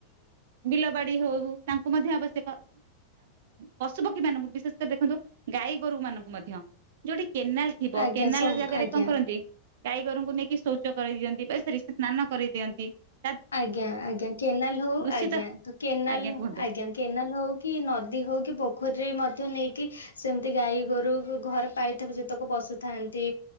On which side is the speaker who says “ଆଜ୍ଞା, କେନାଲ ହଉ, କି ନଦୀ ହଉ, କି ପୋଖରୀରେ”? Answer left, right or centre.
Left